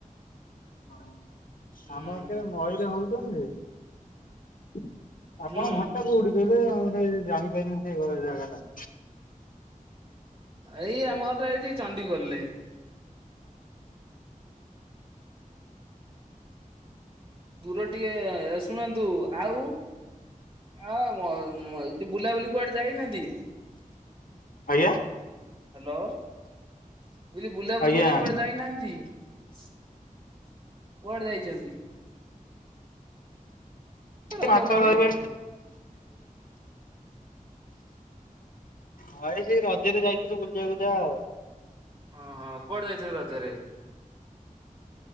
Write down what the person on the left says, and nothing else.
ହଁ,
ଆମର ତ ନଈରେ ହଉଛନ୍ତି ଆପଣଙ୍କ
ଘରଟା କୋଉଠି? ଆଉ ଗେ ଜାଣିପାରିନି ସେଇ ଜାଗା ଟା
ଆଜ୍ଞା?
ଆଜ୍ଞା
ମାଛ
ଧରିବେ ହଁ ଏଇ ସେଇ ରଜରେ ଯାଇଥିଲୁ ବୁଲିବାକୁ ତ ଆଉ